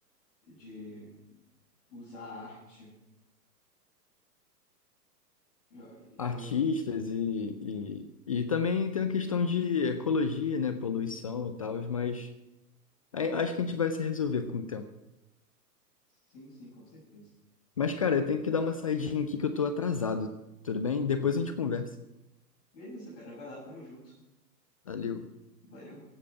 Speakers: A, on the left; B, on the left.
A: de usar a arte. Eu- eu-
B: artistas e, e, e também tem a questão de ecologia, né, poluição e tal, mas aí acho que a gente vai se resolver com o tempo.
A: Sim, sim, com certeza.
B: Mas, cara, eu tenho que dar uma saidinha aqui que eu tô atrasado, tudo bem? Depois a gente conversa.
A: Beleza, cara, vai lá, tamo junto.
B: Valeu.
A: Valeu.